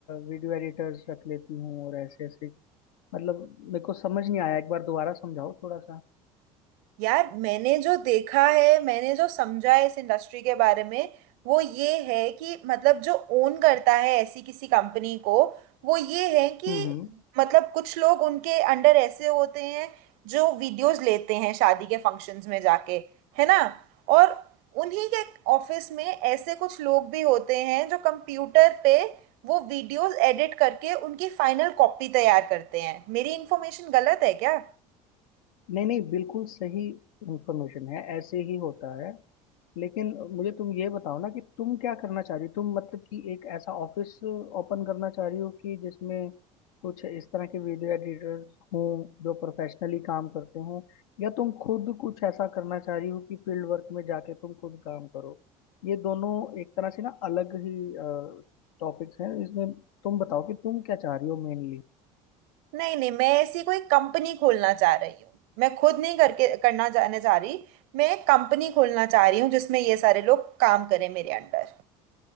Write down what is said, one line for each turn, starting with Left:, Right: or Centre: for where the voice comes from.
Left: वीडियो एडिटर्स रख लेती हूँ और ऐसे ऐसे मतलब मेरे को समझ नहीं आया एक बार दोबारा समझाओ थोड़ा सा
Right: यार मैंने जो देखा है मैंने जो समझा है इस इंडस्ट्री के बारे में वो ये है कि मतलब जो ओन करता है ऐसी किसी कंपनी को वो ये है कि
Left: हम्म हम्म
Right: मतलब कुछ लोग उनके अंडर ऐसे होते हैं जो वीडियोस लेते हैं शादी के फंक्शंस में जाके है ना और उन्हीं के ऑफिस में ऐसे कुछ लोग भी होते हैं जो कंप्यूटर पे वो वीडियोस एडिट करके उनकी फाइनल कॉपी तैयार करते हैं मेरी इन्फॉर्मेशन गलत है क्या
Left: नहीं नहीं बिल्कुल सही इंफॉर्मेशन है ऐसे ही होता है लेकिन मुझे तुम ये बताओ ना कि तुम क्या करना चाह रही हो तुम मतलब कि एक ऐसा ऑफिस ओपन करना चाह रही हो कि जिसमें कुछ इस तरह के वीडियो एडिटर्स हों जो प्रोफेशनली काम करते हों या तुम खुद कुछ ऐसा करना चाह रही हो कि फील्ड वर्क में जाके तुम खुद काम करो ये दोनों एक तरह से ना अलग ही टॉपिक्स हैं इसमें तुम बताओ कि तुम क्या चाह रही हो मेनली
Right: नहीं नहीं मैं ऐसी कोई कंपनी खोलना चाह रही हूँ मैं खुद नहीं करके करना जाने जा रही मैं एक कंपनी खोलना चाह रही हूँ जिसमें ये सारे लोग काम करें मेरे अंडर